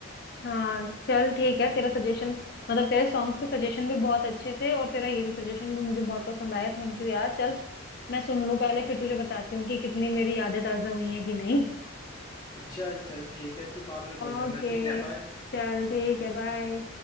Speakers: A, on the left; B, on the left.
A: हाँ चल ठीक है तेरा सजेशन मतलब तेरे सॉन्ग्स के सजेशन भी बहुत अच्छे थे और तेरा ये सजेशन भी मुझे बहुत पसंद आया थैंक यू यार चल मैं सुन लूँ पहले फिर तुझे बताती हूँ कि कितनी मेरी यादें ताज़ा हुई हैं कि नहीं
B: चल चल ठीक है तू बाद में कॉल करना
A: ओके
B: ठीक है बाय
A: चल ठीक है बाय